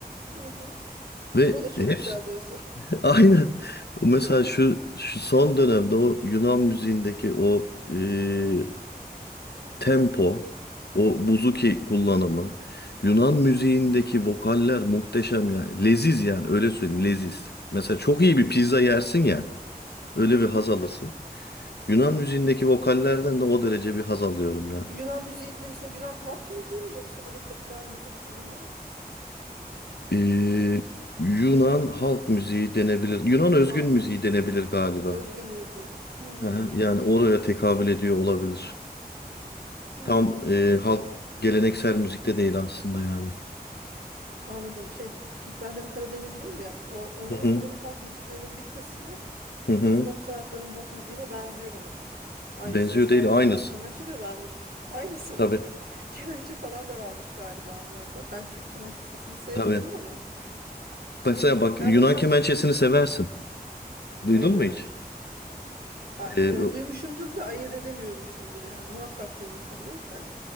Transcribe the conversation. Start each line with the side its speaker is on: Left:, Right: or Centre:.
Right: hı hı.
Left: Ve
Right: O da çok
Left: hepsi
Right: güzel diyorsun.
Left: <laughs> aynen. Mesela
Right: <laughs>
Left: şu şu son dönemde o Yunan müziğindeki o ee, tempo, o buzuki kullanımı, Yunan müziğindeki vokaller muhteşem yani. Leziz yani öyle söyleyeyim leziz. Mesela çok iyi bir pizza
Right: Hmm,
Left: yersin ya öyle
Right: Hı
Left: bir
Right: hı.
Left: haz alırsın. Yunan müziğindeki vokallerden de o derece bir haz alıyorum ya.
Right: Yunan müziği dediğim mesela Yunan halk müziği mi yoksa böyle popüler müzik gibi mi?
Left: Ee, Yunan halk müziği denebilir. Yunan özgün
Right: Halk
Left: müziği
Right: müziği.
Left: denebilir galiba.
Right: Özgün müziğim. Hmm,
Left: Hı hı, Yani oraya tekabül ediyor olabilir.
Right: hmm.
Left: Tam e, halk geleneksel müzikte değil aslında yani.
Right: Anladım. Şey çünkü ben de Karadenizliyim ya. O, onların
Left: Hı hı,
Right: sanırım halk müziklerinin bir kısmı
Left: hı hı.
Right: bizim o tarafların halk müziğine benziyormuş. Aynı
Left: Benziyor
Right: sesler
Left: değil
Right: falan
Left: aynısı.
Right: var. Kemençe de varmış. Aynısı
Left: Tabii.
Right: mı? <laughs> Kemençe falan da varmış galiba onlarda. Ben çok kemençe sesini sevmiyorum
Left: Tabii.
Right: ama.
Left: Mesela bak
Right: Ben
Left: Yunan
Right: de mesela
Left: kemençesini
Right: ş-
Left: seversin. Duydun
Right: öyle mi?
Left: mu hiç?
Right: Ha,
Left: Ee,
Right: e,
Left: o-
Right: duymuşumdur da ayırt edemiyormuşumdur yani. Muhakkak duymuşumdur. Hani